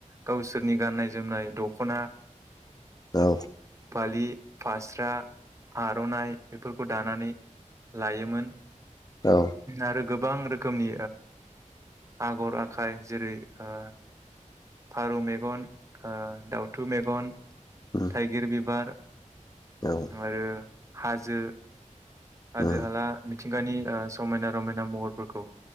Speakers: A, on the right; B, on the left.
A: गावसोरनि गाननाय जोमनाय दख'ना
B: औ
A: बि फास्रा आर'नाइ बेफोरखौ दानानै लायोमोन
B: औ
A: आरो गोबां रोखोमनि आगर आखाइ जेरै फारौ मेगन दाउथु मेगन
B: उम
A: थाइगिर बि बार
B: औ उम
A: आरो हाजो हाजो
B: औ
A: हाला मिथिंगानि समायना रमायना महरफोरखौ